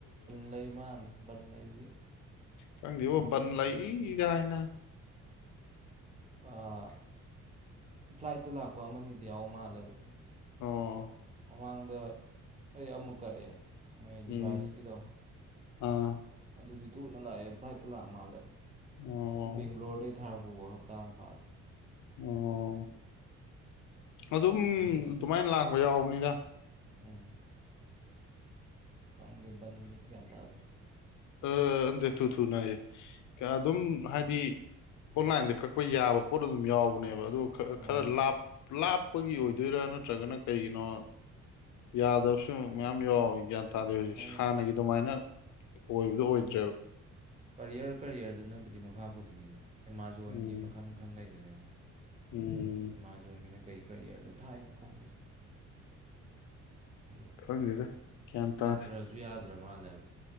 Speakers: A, on the right; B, on the left.
A: ꯂꯩꯃ ꯂꯩꯕꯒꯦ
B: ꯀꯪꯗꯦꯕꯣ ꯕꯟ ꯂꯩꯢꯗ ꯍꯥꯏ ꯅꯥꯕ
A: ꯑꯥ ꯐ꯭ꯂꯥꯏꯠꯇ ꯂꯥꯛꯄ ꯑꯃꯅꯤꯗꯤ ꯌꯥꯎ ꯃꯥꯜꯂꯦꯕ
B: ꯑꯣ
A: ꯃꯃꯥꯡꯗ ꯑꯩ ꯑꯃ ꯀꯛꯑꯦ ꯃꯣꯏ
B: ꯎꯝ
A: ꯂꯤꯚꯥꯏꯁꯀꯤꯗꯣ
B: ꯑꯥ
A: ꯑꯗꯨꯗꯤ ꯇꯨꯅ ꯂꯥꯛꯑꯦ ꯐ꯭ꯂꯥꯏꯠꯇ ꯂꯥꯛ ꯃꯥꯜꯂꯦꯕ
B: ꯑꯣ
A: ꯕꯦꯡꯒ꯭ꯂꯣꯔꯗꯩ ꯊꯥꯔꯛꯄꯕꯨ ꯍꯞꯇꯥ ꯐꯗꯦ
B: ꯑꯣ ꯑꯗꯨꯝ ꯑꯗꯨꯃꯥꯏꯅ ꯂꯥꯛꯄ ꯌꯥꯎꯕꯅꯤꯗ
A: ꯎꯝ ꯈꯪꯗꯦ ꯕꯟꯁꯦ ꯒ꯭ꯌꯥꯟ ꯇꯥꯗꯦ
B: ꯑꯥ ꯑꯟꯗꯦ ꯊꯨ ꯊꯨꯅꯌꯦ ꯑꯗꯨꯝ ꯍꯥꯏꯗꯤ ꯑꯣꯟꯂꯥꯏꯟꯗ ꯀꯛꯄ ꯌꯥꯕ ꯄꯣꯠ ꯑꯗꯨꯝ ꯌꯥꯎꯕꯅꯦꯕ ꯑꯗꯨ
A: ꯎꯝ
B: ꯈꯔ ꯂꯥꯞ ꯂꯥꯞ ꯄꯒꯤ ꯑꯣꯏꯗꯣꯏꯔꯥ ꯅꯠꯇ꯭ꯔꯒꯅ ꯀꯩꯒꯤꯅꯣ ꯌꯥꯗꯕꯁꯨ ꯃꯌꯥꯝ ꯌꯥꯎꯋꯦ ꯒ꯭ꯌꯥꯟ ꯇꯥꯗꯦ ꯍꯧꯖꯤꯛ
A: ꯃꯣꯏ
B: ꯍꯥꯟꯅꯒꯤ ꯑꯗꯨꯃꯥꯏꯅ ꯑꯣꯏꯕꯗꯣ ꯑꯣꯏꯗ꯭ꯔꯦꯕ
A: ꯀꯔꯤꯌꯔ ꯀꯔꯤꯌꯔꯗꯨꯅꯕꯨꯗꯤ ꯃ ꯃꯈꯥ ꯄꯨꯗꯣꯏꯅꯤꯅ ꯑꯦꯃꯥꯖꯣꯟꯒꯤ
B: ꯎꯝ
A: ꯃꯈꯜ ꯃꯈꯜ ꯂꯩꯗꯅꯤꯅ
B: ꯎꯝ
A: ꯑꯦꯃꯥꯖꯣꯟꯒꯤꯅ ꯀꯩ ꯀꯦꯔꯤꯌꯔꯗ ꯊꯥꯏꯅꯣ ꯈꯪꯗꯦ ꯑꯗꯨ
B: ꯈꯪꯗꯦꯗ ꯒ꯭ꯌꯥꯟ ꯇꯥꯗꯦ
A: ꯃꯤꯟꯇ꯭ꯔꯁꯨ ꯌꯥꯗ꯭ꯔ ꯃꯥꯜꯂꯦꯕ